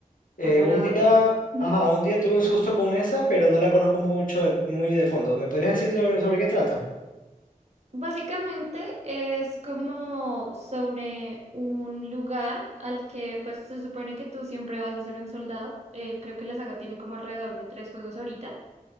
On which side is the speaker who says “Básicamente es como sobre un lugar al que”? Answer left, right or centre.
Right